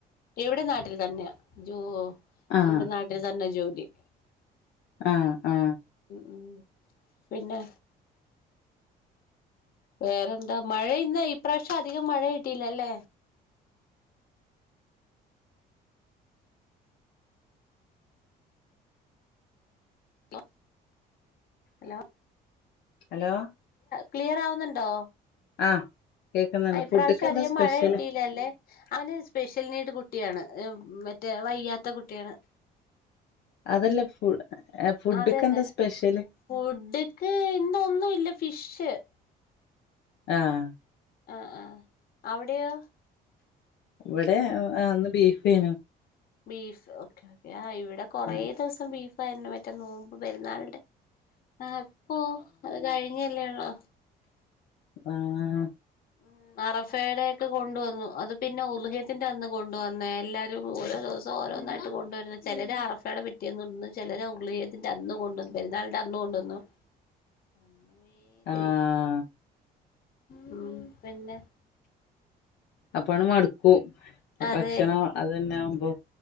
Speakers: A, on the left; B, on the left.
A: എവിടെ നാട്ട് ട്ടിൽ തന്നെയാ ജോ
B: ആഹ്
A: ഇവിടെ നാട്ടിൽ തന്നാ ജോലി ഇ
B: ആഹ് ആ
A: ഉം പിന്നെ വേറെന്താ മഴ ഇന്ന് ഇപ്രാവശ്യം അധികം മഴ കിട്ടീല്ലല്ലേ മ ഹലോ
B: ഹലോ
A: ക്ലിയർ ആവുന്നുണ്ടോ
B: ആഹ് കേക്കുന്നുണ്ട്
A: അ ഇപ്രാവശ്യം
B: ഫുഡ്ക്ക് എന്താ
A: അധികം
B: സ്പെഷ്യല്
A: മഴ കിട്ടിയില്ലല്ലേ അവന് സ്പെഷ്യൽ നീഡ് കുട്ടിയാണ് ഏ മറ്റേ വയ്യാത്ത കു ട്ടിയാണ്
B: അതല്ല ഫു ഫുഡ്ക്ക്
A: അതന്നെ
B: എന്താ സ്പെഷ്യല്
A: ഫുഡ്ക്ക്‌ ഇന്ന് ഒന്നും ഇല്ല ഫു ഫിഷ്
B: ആഹ്
A: ആ ആഹ് അവിടെയോ
B: ഇവിടെ ആ ഇന്ന് ബീഫേനു
A: ബീഫ് ഓക്കെ ഓക്കെ ആ ഇവി ടെ കൊറേ
B: ആഹ്
A: ദിവസം ബീഫ് ഫാരുന്നു മറ്റേ നോമ്പ് പെരുന്നാൾന്റെ ആ ഇപ്പോ അത് കഴിഞ്ഞല്ലേ ഉ ള്ളോ
B: ആഹ്
A: ഉം അറഫേടെ ഒക്കെ കൊണ്ടുവന്നു അത് പിന്നെ ഉള്ഹിയ്യത്തിന്റെ അന്ന് കൊണ്ട് വന്നേ എല്ലാരും ഓരോ ദിവസം ഓരോന്നായിട്ട് കൊണ്ടുവരുന്നെ ചിലര് അറഫേടെ പിറ്റേന്ന് കൊണ്ട്ന്ന് ചിലര് ആ ഉർളിഹേത്തിന്റെ അന്ന് കൊണ്ട് പെരുന്നാളിന്റെ അന്ന് കൊണ്ട് വന്നു ഒന്നുമേ ചെയ്യത്തില്ല
B: ആഹ്
A: <inaudible> മ്മ് പിന്നെ
B: അപ്പാണ്ട് മടുക്കും
A: അതെ
B: ഭക്ഷണം അത് തന്നെ ആവുമ്പോ